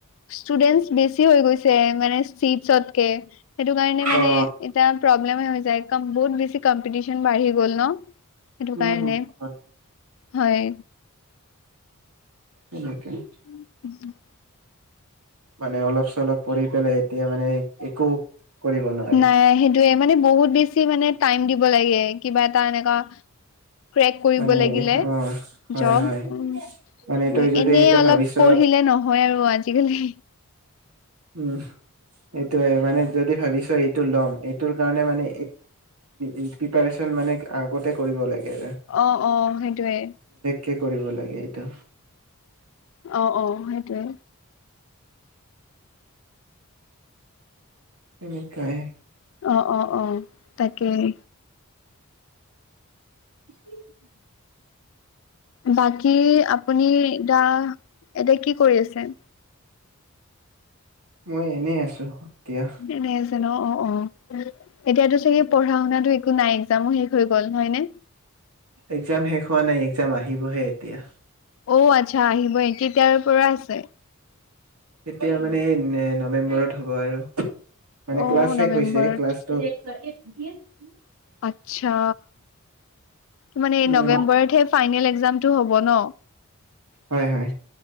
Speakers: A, on the left; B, on the right.
A: ষ্টুডেন্টছ বেছি হৈ গৈছে মানে চিটছতকে সেইটো কাৰণে মানে
B: অ
A: এতিয়া প্ৰব্লেম হৈ যায় কাৰণ বহুত বেছি। কম্পিটিশন বাঢ়ি গ'ল ন। সেইটো
B: উম
A: কাৰণে,
B: হয়
A: হয়।
B: <unintelligible>
A: <unintelligible>
B: মানে অলপ চলপ পৰি পেলাই। এতিয়া মানে একো কৰিব নোৱাৰি
A: নাই সেইটোয়ে মানে বহুত বেছি মানে টাইম দিব লাগে কিবা এটা এনেকুৱা ক্ৰেক কৰিব
B: মানে
A: লাগিলে
B: অ হয়
A: জব
B: হয়
A: উম ',
B: মানে তই যদি
A: এনে
B: এটা
A: অলপ
B: ভাবিছ
A: পঢ়িলে নহয় আৰু আজিকালি।
B: উম', সেটোয়ে মানে যদি ভাবিছ এইটো ল'ম এই তৰ কাৰণে মানে এই প্ৰিপাৰেচন মানে আগতে কৰিব লাগে। আৰু
A: অহ', - অহ ', সেইটোৱে।
B: কি কৰিব লাগে এইটো?
A: অহ ',- অহ। ', সেইটোৱে।
B: তেনেকাই।
A: অহ', - অহ', - অহ', তাকেই।
B: <inaudible>
A: বাকী আপুনি দা এতিয়া কি কৰি আছে?
B: মই এনেই আছো এতিয়া।
A: এনে আছে ন, অ, অ এতিয়া টো চাগে পঢ়া শুনাটো একো নাই এগজামু শেখ হৈ গল হয়নে?
B: এগজাম শেষ হোৱা নাই। এগজাম আহিবহে এতিয়া।
A: অ আচ্ছা আহিবহে, কেইতিাৰ পৰা আছে?
B: কেতিয়া মানে এই নৱেম্বৰত হ'ব আৰু। মানে
A: অ
B: ক্লাছ শেখ
A: নৱেম্বৰত
B: হৈছে ক্লাছটো <unintelligible>
A: আচ্ছা, কি মানে এই
B: উম
A: নৱেম্বৰতহে ফাইনেল এগজামটো হ'ব ন?
B: হয়, হয়।